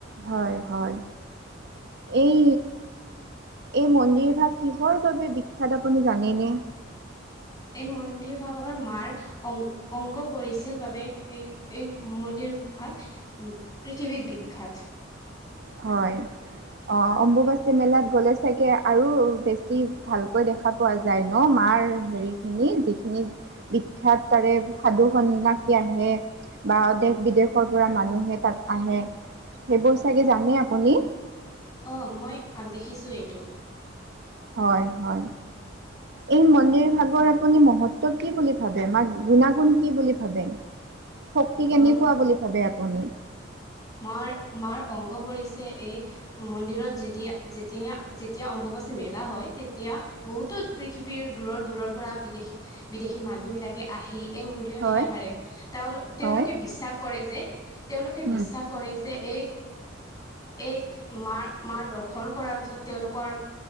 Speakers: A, on the right (about 60°); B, on the left (about 20°).
A: হয় হয় এই এই মন্দিৰভাগ কিহৰ বাবে বিখ্যাত আপুনি জানেনে।
B: এই মন্দিৰ ভাৱৰ মাৰ অংগ অংগ পৰিছিল বাবে এই এই মন্দিৰ। ভাগ পৃথিৱীৰ বিখ্যাত।
A: হয় অ অম্বুবাচী মেলাত গ'লে চাগে আৰু বেছি ভালকৈ দেখা পোৱা যায় ন মান আমাৰ হেৰি খিনি যিখিনি বিখ্যাত তাৰে সাধু সন্য়াসী আহে। বা দেশ বিদেশৰ পৰা মানুহে তাত আহে সেইবোৰ চাগে জানে আপুনি।
B: অ মই দেখিছোঁ এইটো।
A: হয় হয় এই মন্দিৰ ভাগৰ আপুনি মহত্ব কি বুলি ভাবে মাক গুণাগুণ কি বুলি ভাবে। শক্তি কেনেকুৱা
B: অ
A: বুলি ভাবে আপুনি।
B: মাৰ মাৰ অংগ পৰিছে এই মন্দিৰত যেতিয়া যেতি যেতিয়া অম মেলা হয় তেতিয়া বহুতো পৃথিৱীৰ দূৰৰ দূৰৰ পৰা বিদেশী বিদেশী মানুহ বিলাক আহি এই মন্দিৰত
A: হয়
B: সেৱ তেওঁলোকে
A: হয়
B: বিশ্বাস কৰে যে তেওঁলোকে
A: উম
B: বিশ্বাস। কৰে যে এই। এই মাৰ, মাৰ দৰ্শন কৰাৰ পিছত তেওঁলোকৰ।